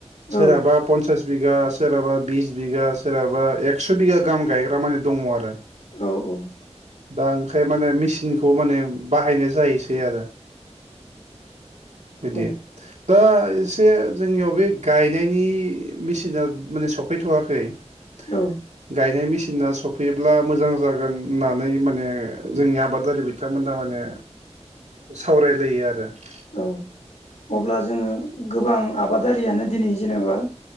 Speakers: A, on the right; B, on the left.
A: सोराबा
B: औ
A: पनसास बिगा सोरहाबा बिस बिगा सोरहाबा एकस' बिगा गाहाम गायग्रा माने दङ आरो ।
B: औ - औ ।
A: दा ओंखाय माने मेसिनखौ माने बाहायनाय जाहैसै आरो । बिदि
B: औ
A: दा इस से जोंनियाव बे गायनायनि मेसिना माने सफैथ'वाखै ।
B: औ
A: गायनाय मेसि ना सफैयोब्ला मोजां जागोन होननानै माने जोंनि आबादारि बिथांमोना माने सावरायलायो आरो ।
B: औ अब्ला जोङो ओम गोबां आबादारियानो दिनै जेनेबा